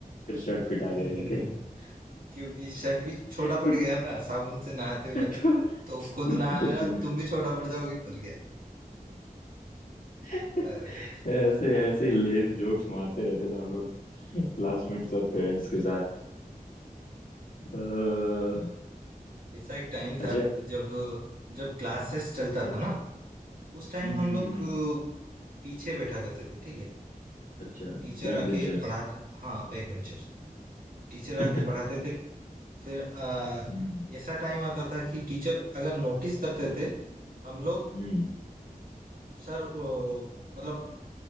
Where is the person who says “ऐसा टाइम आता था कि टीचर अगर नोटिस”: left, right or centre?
Right